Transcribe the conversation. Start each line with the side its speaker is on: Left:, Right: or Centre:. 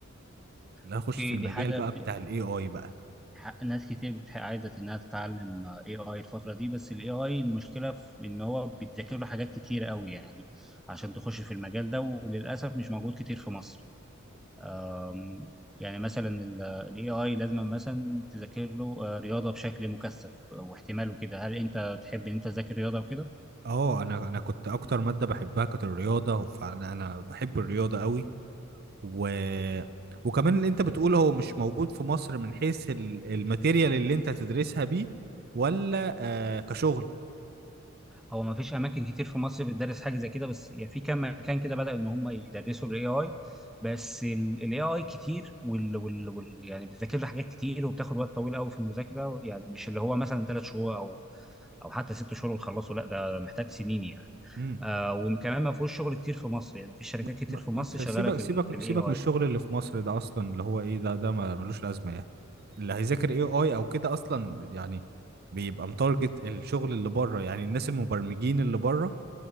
Right: اللي أنا
Centre: اوكي
Right: اخش في المجال
Centre: دي حاجه
Right: بقى
Centre: كتير
Right: بتاع الاي اي بقى
Centre: ح- ناس كتير بتح- عايزه انها تتعلم اي اي الفتره دي بس الاي اي المشكله في ان هو بيتذاكر له حاجات كتير قوي يعني عشان تخش في المجال ده وللاسف مش موجود كتير في مصر أم، يعني مثلا الاي اي لازم مثلا تذاكر له آه، رياضه بشكل مكثف آه، واحتمال وكده هل انت تحب ان انت تذاكر رياضه وكده
Right: اه انا انا كنت اكتر ماده بحبها كانت الرياضه فانا انا بحب الرياضه قوي و... وكمان اللي انت بتقوله هو مش موجود في مصر من حيث ال- الماتيريال اللي انت تدرسها بيه ولا آه كشغل
Centre: هو ما فيش اماكن كتير في مصر بتدرس حاجه زي كده بس يعني في كام مكان كده بدأوا ان هم يدرسوا الاي اي بس الاي اي كتير وال, وال, وال يعني بتذاكر له حاجات كتير وبتاخد وقت طويل قوي في المذاكره يعني مش اللي هو مثلا ثلاث شهور او او حتى ست شهور وتخلصه لا ده محتاج سنين يعني
Right: امم
Centre: آه وكمان ما فيهوش شغل كتير في مصر يعني في شركات
Right: ما انت
Centre: كتير
Right: ما-
Centre: في مصر
Right: ما انت
Centre: شغاله
Right: سيبك
Centre: في
Right: سيبك
Centre: ال في الاي
Right: سيبك
Centre: اي
Right: من الشغل اللي في مصر ده اصلا اللي هو ايه ده ده ما- ملوش لازمه يعني اللي هيذاكر اي اي او كده اصلا يعني بيبقى متارجت الشغل اللي بره يعني الناس المبرمجين اللي بره